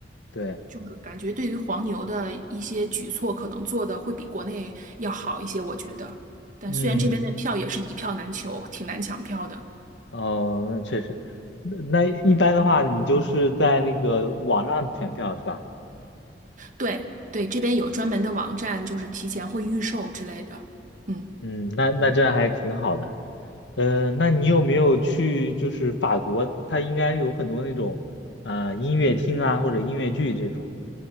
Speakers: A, on the left; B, on the right.
A: 对，
B: 就是感觉对于黄牛的一些举措，可能做的会比国内要好一些，我觉得。但虽然这边的票也是一票难求，
A: 嗯，
B: 挺难抢票的。
A: 哦，那确实，那那一般的话，你就是在那个网上选票是吧？
B: 对对，这边有专门的网站，就是提前会预售之类的。嗯。
A: 嗯，那那这还挺好的。呃，那你有没有去就是法国？它应该有很多那种呃音乐厅啊或者音乐剧这种。